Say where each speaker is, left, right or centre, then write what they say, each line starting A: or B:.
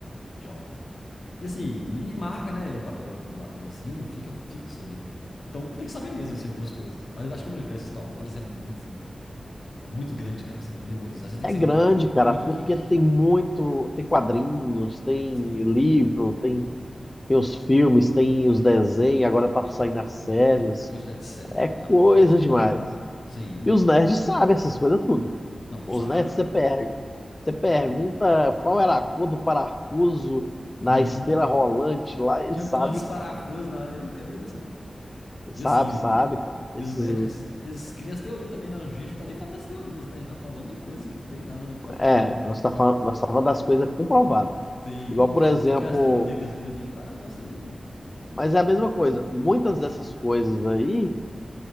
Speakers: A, on the left (about 80°); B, on the left (about 30°).
A: John. E assim, e marca, né, o papel do, do ator assim, fica fixo ali. Então tem que saber mesmo, assim, algumas coisas. Mas eu acho que o universo Star Wars é muito, é muito grande, cara. Pra você memorizar, você tem
B: É
A: que ser
B: grande,
A: muito geek,
B: cara,
A: muito
B: porque
A: geek.
B: tem muito, tem quadrinhos, tem
A: Sim.
B: livro, tem, tem os filmes, tem os desenhos, agora tá saindo as séries.
A: A quantidade de série contando
B: É
A: a
B: coisa
A: parte de cada
B: demais.
A: um. Sim.
B: E os nerds sabem essas coisas tudo.
A: Não,
B: Os
A: sabe?
B: nerds você perde. Você pergunta qual era a cor do parafuso na
A: Uhum.
B: esteira rolante lá, ele
A: Tinha
B: sabe,
A: quantos parafusos na. Isso que é perigoso saber.
B: sabe,
A: E assim,
B: sabe, cara. Esses,
A: e os nerds, eles criam as teorias também, né? A gente não tá nem falando das teorias, né? A gente tá falando de coisa que tem lá no próprio
B: é,
A: filme.
B: nós tá falando, nós tá falando das coisas comprovadas.
A: Sim,
B: Igual, por
A: e se
B: exemplo,
A: for porque as teorias que eles vão inventar, nossa, aí.
B: mas é a mesma coisa. Muitas dessas coisas aí,